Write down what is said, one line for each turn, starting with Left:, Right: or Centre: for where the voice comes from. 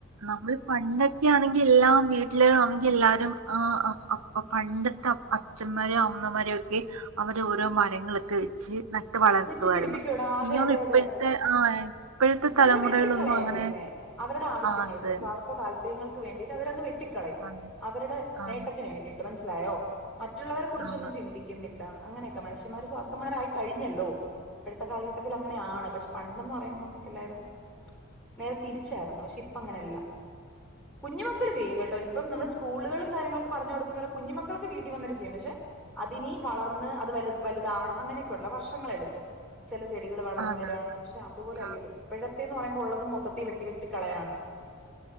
Right: നമ്മൾ പണ്ടൊക്കെയാണെങ്കിൽ എല്ലാം വീട്ടിലാണെങ്കിൽ എല്ലാരും ആഹ് <unintelligible> പണ്ടത്തെ അച്ഛന്മാരോ അമ്മമാരോ ഒക്കെ അവര ഓരോ മരങ്ങളൊക്കെ വെച്ച് നൽ <unintelligible> വളർത്തുവായിരുന്നു
Centre: വെച്ച് പിടിപ്പിക്കൂടാ
Right: ഇനിക്ക്
Centre: അതെ
Right: തോന്നു
Centre: അതെ
Right: ഇപ്പോഴത്തെ
Centre: അതെ
Right: ആ ഇപ്പോഴത്തെ
Centre: ഇപ്പോഴൊരു
Right: തലമുറയിലൊന്നും
Centre: വെട്ടിക്കളയാ
Right: അങ്ങനെ
Centre: ചെയ്യുന്നേ <unintelligible>
Right: ആഹ് അത് തന്നെ
Centre: സ്വാർത്ഥ താല്പര്യങ്ങൾക്ക് വേണ്ടിട്ട് അവര് വെട്ടിക്കളയും
Right: ആണ്
Centre: അവരുടെ നേട്ടത്തിന്
Right: ആണ്
Centre: വേണ്ടിട്ട് മന ലായോ മറ്റുള്ളവരെ കുറിച്ചൊന്നും
Right: ആണ്
Centre: ചിന്തിക്കുന്നില്ല അങ്ങനെയൊക്കെ മനുഷ്യമാർ സ്വാർഥന്മാരയി കഴിഞ്ഞല്ലോ ഇപ്പഴേത്തെ കാലഘട്ടത്തിൽ അങ്ങനെ ആണ് പക്ഷെ പണ്ടന്ന് പറയുമ്പം എല്ലാരും നേരെ തിരിച്ചായിരുന്നു പക്ഷെ ഇപ്പ അങ്ങനല്ല കുഞ്ഞു മക്കൾ ചെയ്യും. കേട്ടോ ഇപ്പം നമ്മള് സ്കൂളുകളിലും കാര്യങ്ങളൊക്കെ പറഞ്ഞ് കൊടുക്കുന്നവരെ കുഞ്ഞുക്കൊക്കെ വീട്ടിൽ വന്നട്ട ചെയ്യും. പക്ഷെ അതിനി വളർന്ന് അത് വലു വലുതാവണം. അങ്ങനെയൊക്കെയള്ള വർഷങ്ങ എടുക്കും. ചെല ചെടികൾ വളർന്നു
Right: ആണാണ്
Centre: വരയാണ് പക്ഷെ അതുപോലെയല്ലല്ലോ
Right: ആഹ്
Centre: ഇപ്പോഴത്തെ <unintelligible> പറയുമ്പോ ഉള്ളത് മൊത്തത്തി വെട്ടി വെട്ടി കളയാണ്.